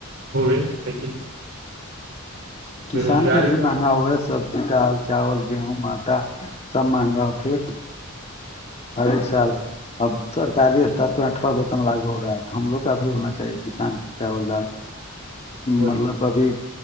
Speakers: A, on the right (about 75°); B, on the left (about 30°).
A: ہوئے لیکن
B: کسان
A: بے روزگاری
B: کا بھی
A: پر
B: مانا ہوا ہے سبزی دال چاول گیہوں آٹا سب مہنگا ہو پھر ہر ایک سال اب سرکاری سٹاف پہ آٹھارہ پرسنٹ لاگو ہو رہا ہے تو ہم لوگ کا بھی ہونا چاہیے کسان کے چاول دال
A: وہی
B: مطلب ابھی